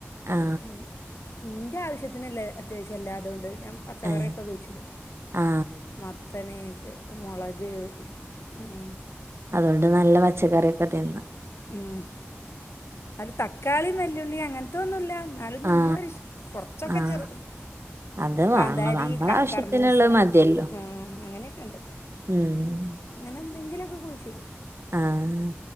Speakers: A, on the right; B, on the left.
A: ആ
B: ഉം ഇന്റെ ആവശ്യത്തിന്ല്ല അത്യാവശ്യം എല്ലാതും ഉണ്ട് ഞാൻ പച്ചക്കറിയൊക്കെ
A: ഏ
B: കുഴിച്ചിടും
A: ആ
B: മത്തന്, മൊളക് ഉം
A: അതോണ്ട് നല്ല പച്ചക്കറിയൊക്കെ തിന്ന
B: ഉം അത് തക്കാളി വല്യുള്ളി അങ്ങനത്തൊന്നുല്ല എന്നാലും ഞമ്മളാവശ്യ
A: ആ
B: കൊറച്ചൊക്കെ
A: ആ
B: ചെറു
A: അത് വാങ്ങും
B: കാന്താരി
A: നമ്മള
B: ക
A: ആവശ്യത്തിനുള്ളത്
B: കർമൂസ
A: മതിയല്ലോ
B: ആ അങ്ങനെ ഒക്കെ ഉണ്ട്
A: ഉം
B: അങ്ങനെ എന്തെങ്കിലൊക്കെ കുഴിച്ചിടും
A: ആഹ്